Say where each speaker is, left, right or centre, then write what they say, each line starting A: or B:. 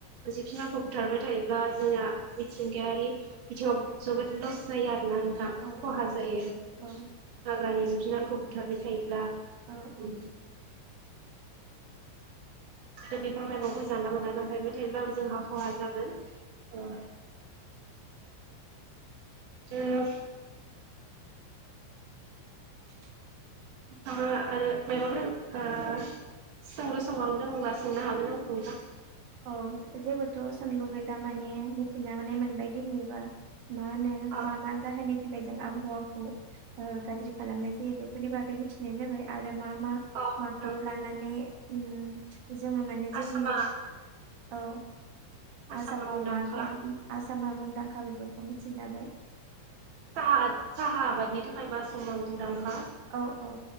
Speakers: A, on the right (about 85°); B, on the right (about 70°).
A: जिब जुनारखौ बुथारबाय थायोब्ला जोंहा मिथिंगायारि बिथिङाव जोबोद लस जायो आरो ना नोंथां
B: औ
A: खहा जायो
B: औ
A: हाग्रानि जिब जुनारखौ बुथारबाय थायोब्ला।
B: औ औ
A: उम, आरो बिफां लाइफांखौ जानला-मोनला दानफायबाय थायोब्लाबो जोंहा खहा जागोन ओ <unintelligible>
B: <unintelligible>
A: आ आरो माबाफोर ओ सोंलु सोंबावनो दं‌ङोब्ला सोंनो हागोन आंखौ नोंथां।
B: अ जेबोथ' सोंलुगोनदा माने मिथिना मोनबाय दिनैबा, मा होनो
A: औ
B: मा मा जाहोननि थाखाय जों आबहावाखौ गाज्रि खालामनाय जायो बेफोरनि बागै मिथिनाय जाबाय आरो मा मा
A: नोंथां
B: माखौ लानानै उम जोङो माने जोंनि
A: आसामा
B: औ
A: आसामा
B: आसामाव
A: मुंदांखा
B: माखौ आसामा रां खावरिफोरखौ मिथिनोहाबाय।
A: साहा साहा आबादनि थाखाय आसामा मुंदांखा।
B: औ औ।